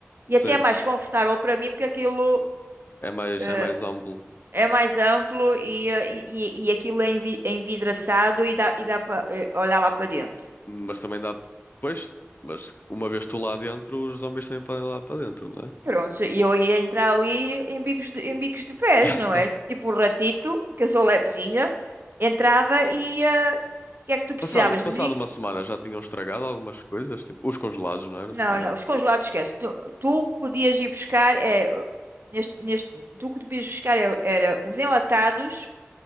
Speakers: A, on the right; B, on the left.
A: E
B: Sim,
A: até é mais confortável para mim, porque aquilo
B: é mais,
A: eh,
B: é mais amplo.
A: é mais amplo e, eh, e, e aquilo é envi- é envidraçado e dá, e dá para eh, olhar lá para dentro.
B: Mas também dá. Pois, mas uma vez tu lá dentro, os zombies também podem ir lá para dentro, não é?
A: Pronto, e eu ia entrar ali em bicos de, em bicos de pés,
B: <laughs>
A: não é? Tipo um ratito, que eu sou levezinha, entrava e ia. O que é que tu precisavas
B: Passado, passado
A: de medic
B: uma semana já tinham estragado algumas coisas, tipo os congelados, não era?
A: Não,
B: Se calhar.
A: não, os congelados esquece. Tu, tu o que podias ir buscar é uh, neste, neste, tu o que podias buscar é- era os enlatados,